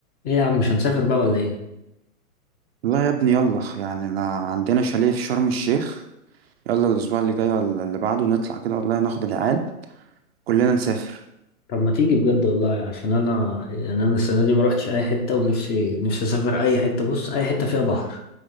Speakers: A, on the left (about 20°); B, on the right (about 45°).
A: ايه يا عم مش هنسافر بقى ولا ايه
B: لا يا ابني يلا يعني انا عندنا شاليه في شرم الشيخ يلا الاسبوع اللي جاي ولا اللي بعده نطلع كده والله ناخد العيال كلنا نسافر
A: طب ما تيجي بجد والله عشان انا يعني انا السنه دي ما روحتش اي حته ونفسي نفسي اسافر اي حته بص اي حته فيها بحر